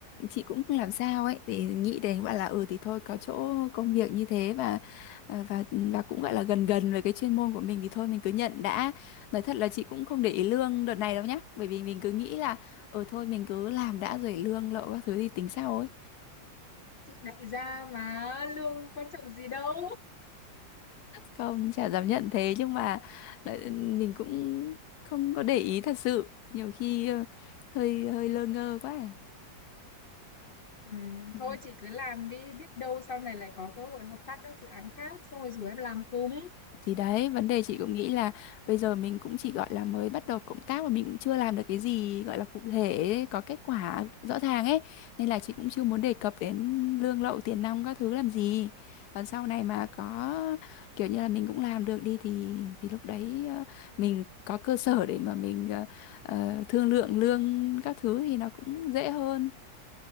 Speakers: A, on the left (about 70°); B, on the left (about 50°).
A: chị cũng không làm sao ấy để nghĩ đến gọi là ừ thì thôi có chỗ công việc như thế và à, và và cũng gọi là gần gần với cái chuyên môn của mình thì thôi mình cứ nhận đã nói thật là chị cũng không để ý lương đợt này đâu nhá bởi vì mình cứ nghĩ là ừ thôi mình cứ làm đã rồi lương lậu các thứ thì tính sau ấy
B: Chị đại gia mà lương quan trọng gì đâu.
A: không chả dám nhận thế nhưng mà lại- mình cũng không có để ý thật sự nhiều khi ờ, hơi hơi lơ ngơ quá à.
B: Ừ.
A: Ừ.
B: Thôi chị cứ làm đi, biết đâu sau này lại có cơ hội hợp tác các dự án khác xong rồi rủ em làm cùng.
A: Thì đấy, vấn đề chị cũng nghĩ là bây giờ mình cũng chỉ gọi là mới bắt đầu cộng tác và mình cũng chưa làm được cái gì gọi là cụ thể, có kết quả rõ ràng ấy. Nên là chị cũng chưa muốn đề cập đến lương lậu, tiền nong các thứ làm gì. Còn sau này mà có kiểu như là mình cũng làm được đi thì thì lúc đấy ờ, mình có cơ sở để mà mình ờ, ờ, thương lượng lương các thứ thì nó cũng dễ hơn.